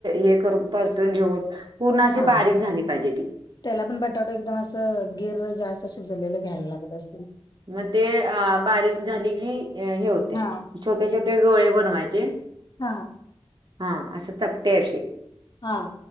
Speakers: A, on the right; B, on the left.
A: हे करून, परतून घेऊन. पूर्ण अशी
B: हा
A: बारीक झाली पाहिजे ती.
B: त्याला पण बटाटो एकदम असं, गिर जास्त शिजलेलं घ्यायला लागत असतं.
A: म ते, अ बारीक झाली की, अ हे होत ते.
B: हा.
A: छोटे छोटे गोळे बनवायचे.
B: हा
A: हा, असं चपटे अशे.
B: हा.